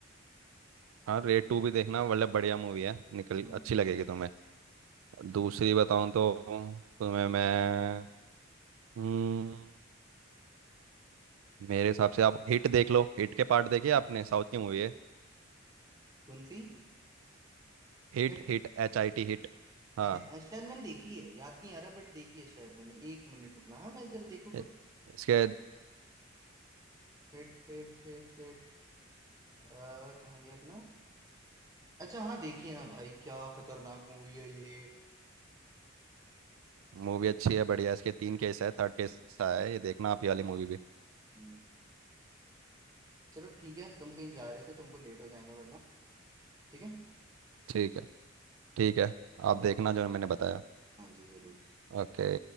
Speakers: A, on the right; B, on the right.
A: हाँ रेड टू भी देखना मतलब बढ़िया मूवी है निकल
B: हम्म
A: अच्छी लगेगी तुम्हें दूसरी बताऊं तो तुम्हें मैं हम्म मेरे हिसाब से आप हिट देख लो हिट के पार्ट देखे आपने साउथ की मूवी है
B: कौन सी
A: Hit
B: हिट
A: hit H I T hit हाँ
B: है- शायद मैंने देखी है याद नहीं आ रहा बट देखी है शायद मैंने एक मिनट रुकना हाँ मैं जरा देखूँ
A: इ-
B: तो
A: इसके
B: Hit hit hit hit अ, कहाँ गया अपना अच्छा हाँ देखिए ना भाई क्या खतरनाक मूवी है ये
A: मूवी अच्छी है बढ़िया है। इसके तीन केस है थर्ड केस है ये देखना आप ये वाली मूवी भी
B: हम्म चलो ठीक है तुम कहीं जा रहे थे तुमको लेट हो जाएगा वरना ठीक है
A: ठीक है ठीक है आप
B: ओके
A: देखना जो मैंने बताया
B: हाँ जी जरूर
A: ओके